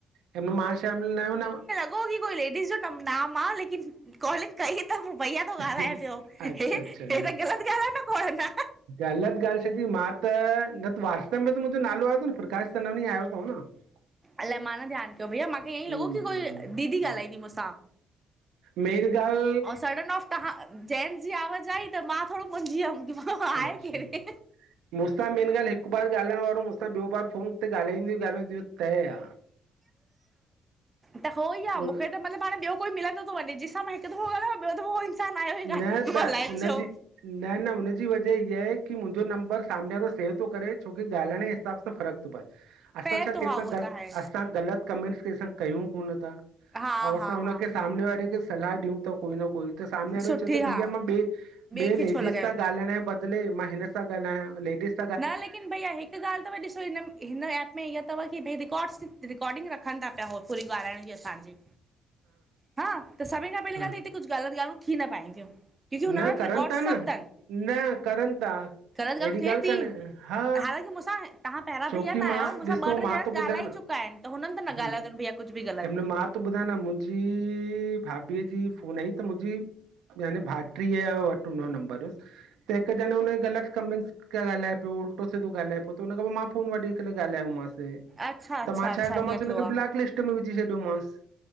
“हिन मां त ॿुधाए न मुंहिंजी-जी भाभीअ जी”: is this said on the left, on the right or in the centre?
Right